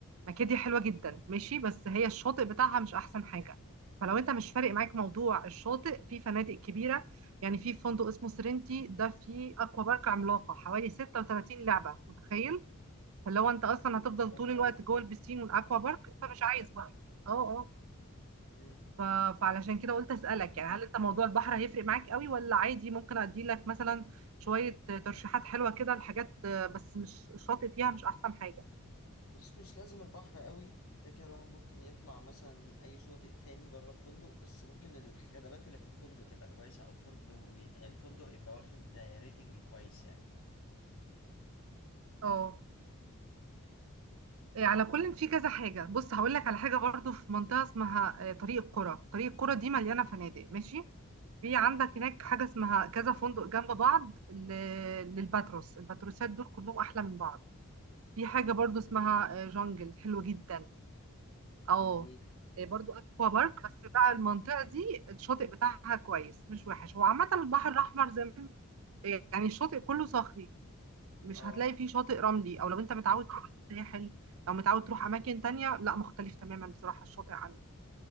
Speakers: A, on the right; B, on the left.
A: مكادي حلوه جدا
B: اوكي.
A: ماشي بس هي الشاطئ بتاعها مش احسن حاجه فلو انت مش فارق معاك موضوع الشاطئ في فنادق كبيره يعني في فندق اسمه سرينتي ده فيه اكوا بارك عملاقه حوالي 36 لعبه متخيل فلو انت اصلا
B: إيه،
A: هتفضل
B: جامدة
A: طول الوقت
B: أوي دي
A: جوه البسين والاكوا بارك انت مش عايز بقى اه آه.
B: مم.
A: ف... فعلشان كده قلت اسالك يعني هل انت موضوع البحر هيفرق معاك قوي ولا عادي ممكن ادي لك مثلا شويه ترشيحات حلوه كده لحاجات آه، بس مش الشاطئ فيها مش احسن حاجه
B: بص مش لازم البحر قوي كده كده الواحد ممكن يطلع مثلا اي شاطئ تاني بره الفندق بس ممكن الخدمات اللي في الفندق تبقى كويسه او الفندق الفندق يبقى واخد ريتنج كويس يعني
A: اه إيه، على كل
B: انت
A: في كذا حاجه بص هقول لك على حاجه برضو في منطقه اسمها آه، طريق القرى طريق القرى دي مليانه فنادق ماشي في عندك
B: اوكي
A: هناك حاجه اسمها كذا فندق جنب بعض ل- للباتروس الباتروسات دول كلهم احلى من بعض في حاجه برضو
B: جميل
A: اسمها آه، جونجل حلوه جدا
B: جميل
A: اه إيه برضو اكوا بارك بس بقى المنطقه دي الشاطئ بتاعها كويس مش وحش هو عامه البحر الاحمر زي ما- يعني الشاطئ كله صخري مش
B: اه
A: هتلاقي فيه شاطئ رملي او لو انت متعود تروح الساحل لو متعود تروح اماكن تانية لا مختلف تماما بصراحه الشاطئ عنه